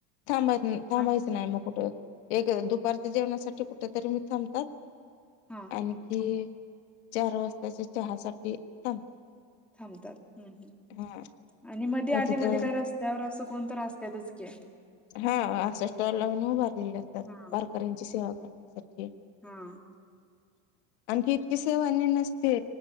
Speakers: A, on the left; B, in the centre.
A: थांबाय थांबायचं
B: हा
A: नाही मग कुठं एक दुपारच्या जेवणासाठी कुठ तरी मी थांबतात.
B: हा
A: आणखी चार वाजताच्या चहा साठी थांबतात.
B: थांबतात हम् हम्
A: हा
B: आणि मध्ये
A: मग
B: आधी
A: तिथं
B: मध्ये काय रस्त्यावर असं कोण तर असत्यातच की.
A: हा असं स्टॉल लावून उभारलेले असतात
B: हा
A: वारकऱ्यांची सेवा करण्यासाठी.
B: हा!
A: आणखी इतकी सेव आणि नसते